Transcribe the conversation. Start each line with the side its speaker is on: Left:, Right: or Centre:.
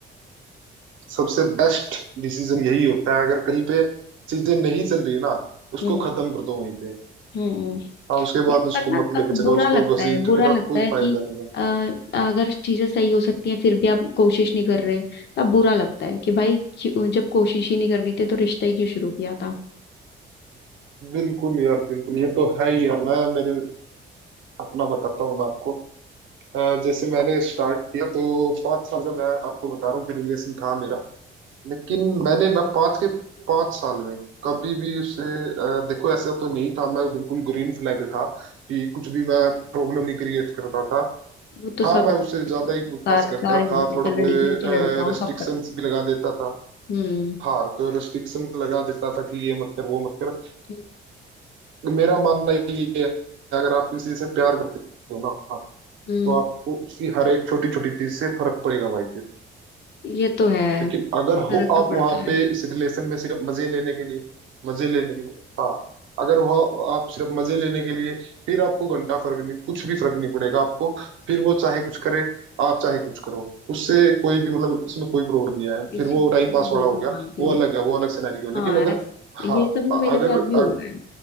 Right: सबसे बेस्ट डिसीजन यही होता है अगर कहीं पे चीजें नहीं चल रही ना उसको
Left: नहीं है हम्म
Right: खत्म कर दो वहीं पे
Left: हम्म
Right: हाँ उसके बाद
Left: यार
Right: उसको
Left: पर ना
Right: मत
Left: क-
Right: लेकर
Left: बुरा
Right: चलो उसको
Left: लगता
Right: घसीटने
Left: है बुरा
Right: का
Left: लगता
Right: कोई
Left: है
Right: फायदा
Left: कि
Right: नहीं है
Left: अ, अगर चीजें सही हो सकती हैं फिर भी आप कोशिश नहीं कर रहे तब बुरा लगता है कि भाई क्यों- जब कोशिश ही नहीं करनी थी तो रिश्ता ही क्यों शुरू किया था
Right: बिल्कुल यार बिल्कुल ये तो है ही यार मैं मेरे अपना बताता हूँ मैं आपको अ, जैसे मैंने स्टार्ट किया तो पाँच साल का मैं आपको बता रहा हूँ कि रिलेशन था मेरा लेकिन मैंने ना पाँच के पाँच साल में कभी भी उससे अ, देखो ऐसा तो नहीं था मैं बिल्कुल ग्रीन फ्लैग था कि कुछ भी मैं प्रॉब्लम नहीं क्रिएट करता था
Left: वो तो
Right: हाँ
Left: सब
Right: मैं
Left: करते
Right: उससे ज्यादा
Left: हैं,
Right: ही पूछताछ
Left: सारे
Right: करता
Left: सारे मिलते
Right: था
Left: हैं,
Right: थोड़ा
Left: चल
Right: बहुत
Left: लड़की हो चल लड़का हो
Right: रेस्ट्रिक्शंस
Left: सब करते
Right: भी लगा देता था
Left: हैं। हम्म
Right: हाँ तो रेस्ट्रिक्शन लगा देता था कि ये मत कर वो मत कर
Left: हम्म
Right: मेरा मानना ये है कि अगर आप किसी से प्यार करते हो ना तो
Left: हम्म।
Right: आपको उसकी हर एक छोटी छोटी चीज से फर्क पड़ेगा भाई
Left: ये तो है
Right: लेकिन अगर
Left: फर्क
Right: हो आप
Left: तो पड़ता
Right: वहां
Left: है
Right: पे इस रिलेशन में सिर्फ मजे लेने के लिए मजे लेने के लिए हाँ अगर वह आप सिर्फ मजे लेने के लिए फिर आपको घंटा फर्क नहीं कुछ भी फर्क नहीं पड़ेगा आपको फिर वो चाहे कुछ करे आप चाहे कुछ करो उससे कोई भी मतलब इसमें कोई प्रॉब्लम नहीं है
Left: इस
Right: फिर
Left: चीज
Right: वो टाइम
Left: को तो मैं
Right: पास वाला
Left: बिल्कुल
Right: हो गया
Left: मानती
Right: वो
Left: हूँ
Right: अलग है वो अलग सिनेरियो
Left: हाँ
Right: लेकिन अगर
Left: ऐस- ये
Right: हाँ
Left: सब ना
Right: अ-
Left: मेरे
Right: अगर
Left: साथ भी
Right: अ,
Left: हुआ है